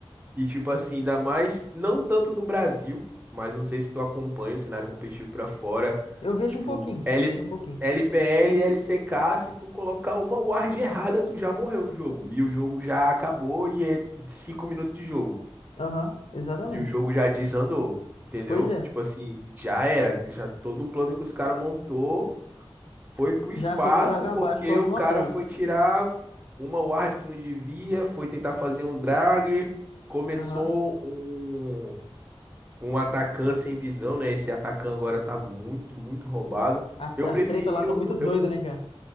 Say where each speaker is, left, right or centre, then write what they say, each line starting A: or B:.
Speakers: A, on the right; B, on the left.
A: E tipo assim, ainda mais, não tanto no Brasil, mas não sei se tu acompanha o cenário competitivo pra fora,
B: Eu vejo
A: tipo,
B: um pouquinho,
A: L,
B: vejo um pouquinho.
A: LPL, LCK, se tu colocar uma ward errada, tu já morreu no jogo. E o jogo já acabou e é cinco minutos de jogo.
B: Aham, exatamente.
A: E o jogo já desandou, entendeu?
B: Pois é,
A: Tipo assim, já era, já todo o plano que os caras montou foi pro
B: já
A: espaço
B: foi por água
A: porque
B: abaixo por causa
A: o
B: de
A: cara
B: uma play.
A: foi tirar uma ward que não devia, foi tentar fazer um drag, começou
B: Aham.
A: um, um atacante sem visão, né? Esse atacante agora tá muito, muito roubado.
B: A-
A: Eu preferi
B: As tretas lá estão
A: o
B: muito
A: do,
B: doidas,
A: eu,
B: né, cara?